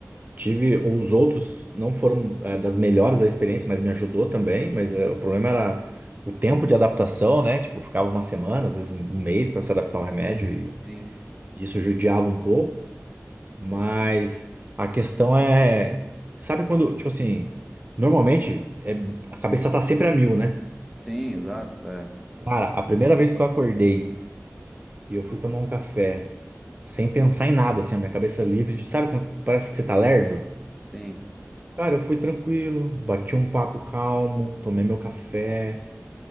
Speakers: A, on the right (about 35°); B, in the centre.
A: tive os outros não foram é, das melhores da experiência, mas me ajudou também, mas é, o problema era o tempo de adaptação, né? Tipo, ficava uma semana, às vezes um mês para se adaptar ao remédio e
B: Sim,
A: isso judiava um pouco, mas a questão é, sabe quando, tipo assim, normalmente é, a cabeça tá sempre a mil, né?
B: sim, exato, é, é,
A: Cara, a primeira vez que eu acordei e eu fui tomar um café sem pensar em nada, assim, a minha cabeça livre, de- sabe quando parece que você tá lerdo?
B: sim.
A: Cara, eu fui tranquilo, bati um papo calmo, tomei meu café.